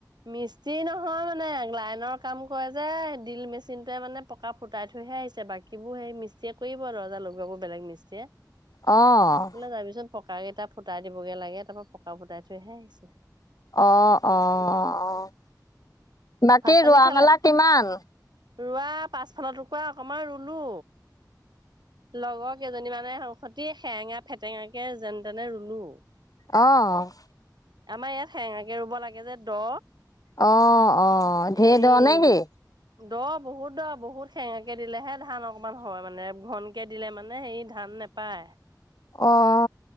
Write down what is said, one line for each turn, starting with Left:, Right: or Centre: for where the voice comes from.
Right: মিস্ত্ৰী নহয় মানে লাইনৰ কাম কৰে যে ড্ৰিল মেচিনটোৱে মানে পকা ফুটাই থৈহে আহিছে। বাকীবোৰ সেই মিস্তীয়ে কৰিব, ৰ্দজা লগোৱাবোৰ বেলেগ মিস্তীয়ে।
Left: অঁ।
Right: বোলে যাবিচোন পকা কেইটা ফুটাই দিবগে লাগে, তাৰ পৰা পকা ফুটাই থৈহে আহিছে।
Left: অ' অ' অ' বাকী
Right: ভাত পানী
Left: ৰোৱা
Right: খালে
Left: মেলা কিমান?
Right: ৰোৱা পাচফালৰ টুকুৰা অকমান ৰুলো। লগৰ কেইজনী মানে সতি সেৰেঙা ফেটেঙাকে যেন তেনে ৰুলো।
Left: অঁ।
Right: আমাৰ ইয়াত সেঙাকে ৰুব লাগে যে দ'।
Left: অ' অ'
Right: হেৰি
Left: ঢেৰ দ' নে কি?
Right: দ' বহুত দ' বহুত সেঙেকে দিলেহে ধান অকমান হয় মানে, ঘন কে দিলে মানে হেৰি ধান নোপায়।
Left: অ'।